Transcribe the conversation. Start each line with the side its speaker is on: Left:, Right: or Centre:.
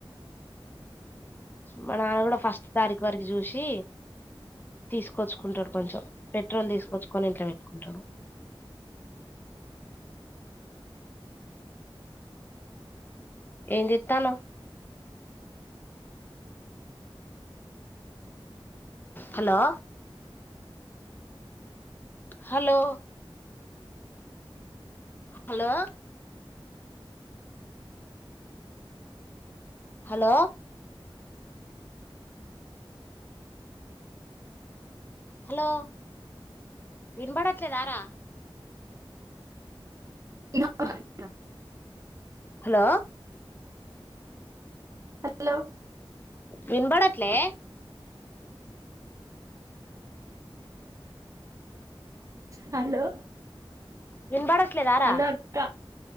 Left: మా నాన్న కూడా ఫస్ట్ తారీఖు వరకు చూసి తీసుకొచ్చుకుంటాడు కొంచెం పెట్రోల్ తీసుకొచ్చుకొని ఇంట్లో పెట్టుకుంటాడు ఏం చేత్తాన్నావు hello hello hello hello hello వినబడట్లేదా రా
Right: ఇనపడ్డ
Left: హలో
Right: హలో
Left: వినబడట్ లే
Right: హలో
Left: వినబడట్లేదా రా
Right: హలో అక్క